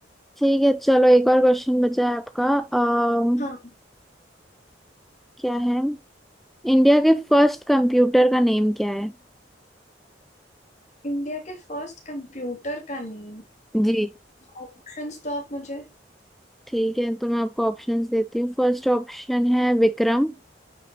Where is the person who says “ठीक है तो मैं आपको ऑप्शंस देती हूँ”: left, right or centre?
Centre